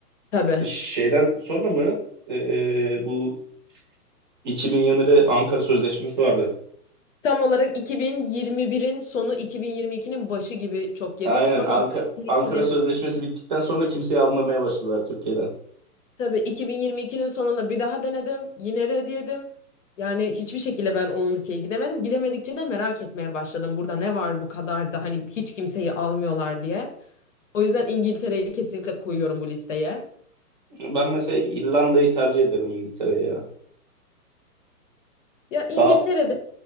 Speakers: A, on the left; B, on the right.
A: Tabii.
B: şeyden sonra mı e, bu 2020'de Ankara Sözleşmesi vardı.
A: Tam olarak 2021'in sonu 2022'nin başı gibi çok yedim.
B: Aynen
A: Sonra
B: Ankara,
A: 2022'nin
B: Ankara Sözleşmesi bittikten sonra kimseyi almamaya başladılar Türkiye'den.
A: Tabii 2022'nin sonunda bir daha denedim. Yine red yedim. Yani hiçbir şekilde ben o ülkeye gidemedim. Gidemedikçe de merak etmeye başladım. Burada ne var bu kadar da hani hiç kimseyi almıyorlar diye. O yüzden İngiltere'yi kesinlikle koyuyorum bu listeye.
B: Ben mesela İrlanda'yı tercih ederim İngiltere'ye ya.
A: Ya İngiltere'de
B: Daha